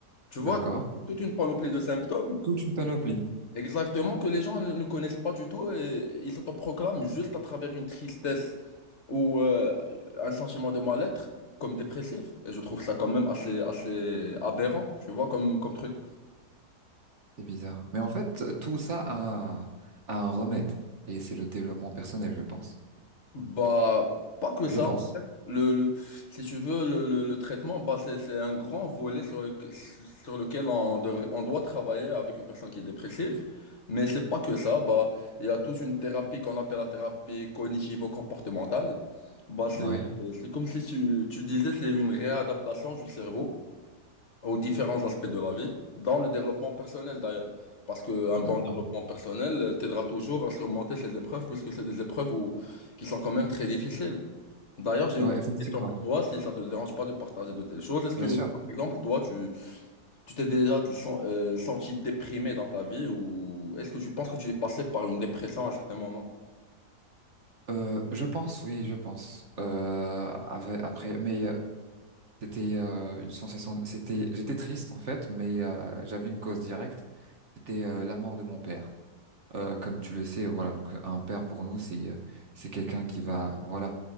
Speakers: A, on the left (about 50°); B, on the right (about 50°).
A: Tu
B: d'accord.
A: vois, toute une panoplie de symptômes,
B: Toute une panoplie.
A: exactement, que les gens ne ne connaissent pas du tout et ils s'autoproclament juste à travers une tristesse ou euh, un sentiment de mal-être comme dépressif. Et je trouve ça quand même assez, assez aberrant, tu vois, comme, comme truc.
B: C'est bizarre. Mais en fait, tout ça a, a un remède. Et c'est le développement personnel, je pense.
A: Bah, pas que
B: Je
A: ça.
B: pense.
A: Le, le, si tu veux, le, le, le traitement, bah, c'est, c'est un grand volet sur, le, sur lequel on devrait, on doit travailler avec une personne qui est dépressive. Mais c'est pas que ça. Bah, il y a toute une thérapie qu'on appelle la thérapie cognitivo-comportementale. Bah, c'est,
B: Ouais,
A: c'est comme si tu, tu disais, c'est une réadaptation du cerveau aux différents aspects de la vie, dans le développement personnel d'ailleurs. Parce qu'un bon
B: d'accord.
A: développement personnel euh, t'aidera toujours à surmonter ces épreuves, puisque c'est des épreuves où- qui sont quand même très difficiles. D'ailleurs, j'ai
B: Ouais,
A: une petite
B: effectivement.
A: question pour toi, si ça te dérange pas de partager de telles choses. Est-ce que,
B: Bien sûr.
A: par exemple, toi, tu tu t'es déjà sen- euh, senti déprimé dans ta vie ou est-ce que tu penses que tu es passé par une dépression à un certain moment?
B: Euh, je pense, oui, je pense. Euh, ave- après, mais euh, C'était euh, une sensation. C'était, j'étais triste en fait, mais euh, j'avais une cause directe. C'était euh, la mort de mon père. Euh, comme tu le sais, voilà, donc un père pour nous, c'est euh, c'est quelqu'un qui va, voilà,